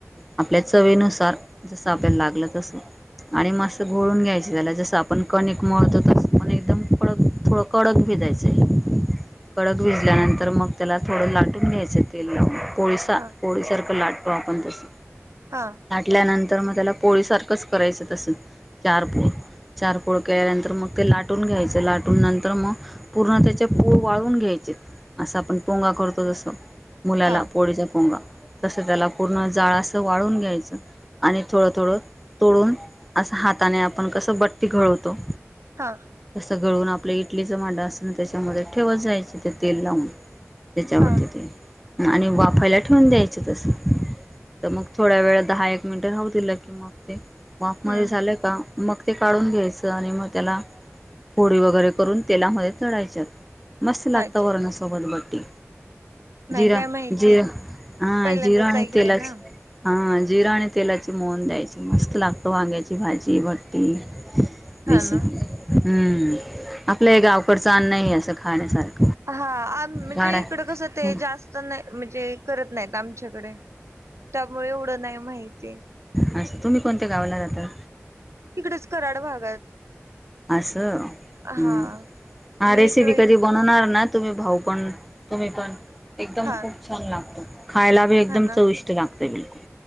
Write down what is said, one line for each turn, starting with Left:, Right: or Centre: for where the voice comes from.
Centre: आपल्या चवीनुसार जसं आपल्याला लागलं तसं. आणि मस् गोळून घ्यायची झाला जस आपण कणिक मळतो तस. पण एकदम कडक थोड कडक भी दयचंय. कडक भिजल्यानंतर मग त्याला थोडं लाट ून घ्यायचं तेल पोळी
Right: हा
Centre: पोळीसारखं लाटतो आपण तस.
Right: हा.
Centre: आाटल्यानंतर मग त्याला पोळी सारखंच करायचं तसं चार पोळी चार पोळ केल्यानंतर मग ते लाटून घ्यायचे लाटून नंतर मग पूर्ण त्याचे पोळ वाळून घ्यायचे असं आपण पोंगा करतो तस. मुलाला
Right: हा
Centre: पोळीचा पोंगा तस त्याला पूर्ण जाळा असं वाळून घ्यायचं. आणि थोडं थोडं तोडून असं हाताने आपण कसं बट्टी घळवतो.
Right: हा
Centre: तसं गळून आपलं इडलीच भांड असत ना त्याच्यामध्ये ठेवत जायच ते तेल लावून. त्याच्यावरती
Right: हा
Centre: ते आणि वाफायला ठेवून द्यायचं तस. तर मग थोड्या वेळ दहा एक मिनिटं राव दिलं की मग ते वॉक मध्ये
Right: हम्म
Centre: झालं का? मग ते काढून घ्यायचं आणि मग त्याला फोडी वगैरे करून तेलामध्ये टाळायच्या. मस्त लागत
Right: अच्छा
Centre: वरणासोबत बट्टी.
Right: नाही
Centre: जिरा
Right: काय माहिती
Centre: जिर हा
Right: पहिल्यांदाच
Centre: जिरं आणि
Right: ऐकलंय
Centre: तेलाच.
Right: ना
Centre: हा जिरा आणि तेलाचे मोहन द्यायच मस्त लागतो वाग्याची भाजी, भट्टी. हम्म
Right: हा ना
Centre: आपलं हे गावकडचं अन् नाही असं खाण्यासारखं.
Right: हा आम म्हणजे
Centre: झाडा
Right: इकडं कसं ते
Centre: हं.
Right: जास्त नाही म्हणजे करत नाहीत आमच्याकडे. त्यामुळे एवढं नाही माहिती.
Centre: अ तुम्ही कोणत्या गावाला जाता?
Right: तिकडेच कराड भागात.
Centre: असं ह,
Right: हा
Centre: हा
Right: मग इकडे
Centre: रेसिपी
Right: येऊ
Centre: कधी बनवणार ना? तुम्ही भाऊ पण तुम्ही पण एकदम
Right: हा
Centre: खूप छान लागतो खायला. एकदम
Right: हा ना
Centre: चविष्ट लागते बिलकुल.